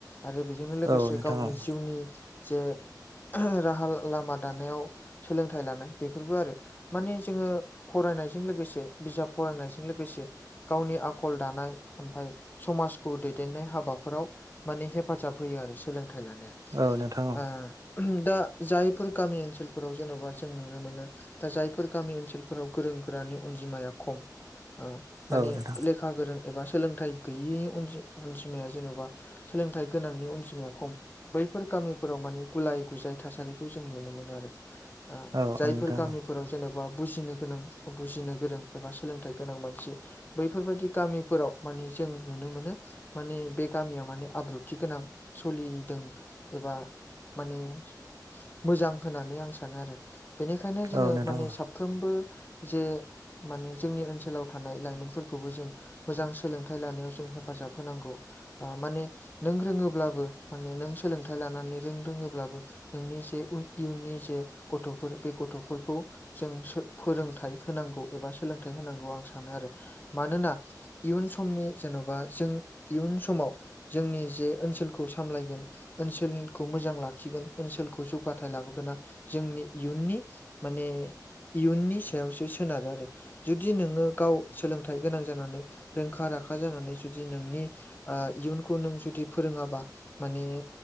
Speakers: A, on the left; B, on the right.
A: आरो बेजोंनो लोगोसे
B: औ नोंथां
A: गावनि
B: औ
A: जिउनि जे राहा लामा दानायाव सोलोंथाइ लानाय बेफोरबो आरो माने जोङो फरायनायजों लोगोसे बिजाब फरायनायजों लोगोसे गावनि आखल दानाय ओमफ्राय समाजखौ दैदेननाय हाबा- हाबाफोराव माने हेफाजाब होयो आरो सोलोंथाइ लानाया।
B: औ नोंथां औ
A: आ दा जायफोर गामि ओनसोलफोराव जेन'बा जों नुनो मोनो दा जायफोर गामि ओनसोलफोराव गोरों-गोरानि अनजिमाया खम। ओ माने
B: औ नोंथां औ नोंथां
A: लेखा गोरों एबा सोलोंथाइ गैयि अनजि-अनजिमाया जेन'बा सोलोंथाइ गोनांनि अनजिमाया खम। बैफोर गामिफोराव माने गुलाय-गुजाय थासारिखौ जों नुनो मोनो आरो। आ
B: औ
A: जायफोर
B: नोंथां
A: गामि- फोराव जेनेबा बुजिनो गोनां बुजिनो गोरों एबा सोलोंथाइ गोनां मानसि बैफोरबायदि गामिफोराव माने जों नुनो मोनो। माने बे गामियाव माने आब्रुथि गोनां सलिदों एबा माने मोजां होननानै आं सानो आरो बेनिखायनो जोङो
B: औ नोंथां औ नोंथां
A: माने साब- साफ्रोमबो जे माने जोंनि ओनसोलाव थानाय लाइमोनफोरखौबो जों मोजां सोलोंथाइ लानायाव जों हेफाजाब होनांगौ आ माने नों रोङोब्लाबो माने नों सोलोंथाइ लानानै नों रोङोब्लाबो नोंनि जे इयुननि जे गथ'फोर बे गथ'फोरखौ जों सो फोरोंथाइ होनांगौ एबा सोलों- थाइ होनांगौ आं सानो आरो मानोना इयुन समनि जेन'बा जों इयुन समाव जोंनि जे ओनसोलखौ सामलायगोन ओनसोलखौ मोजां लाखिगोन ओनसोलखौ जौगाथाय लाबोगोना जोंनि इयुननि माने इयुननि सायावसो सोनारो आरो। जुदि नोङो गाव सोलोंथाइ गोनां जानानै रोंखा राखा जानानै जुदि नोंनि इयुनखौ नों जुदि फोरोङाबा माने